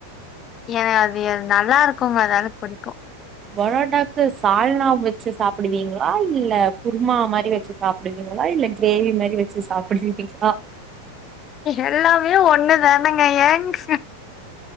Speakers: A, on the left; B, on the right.
A: ஏ அது நல்லா இருக்குங்க அதால பிடிக்கு
B: பரோட்டாக்கு சால்னா வச்சு சாப்பிடுவீங்களா இல்ல குருமா மாரி வச்சு சாப்பிடுவீங்களா இல்ல கிரேவி மாரி வெச்சு சாப்பிடுவீங்களா
A: எல்லாமே ஒண்ணுதானங்க ஏங்க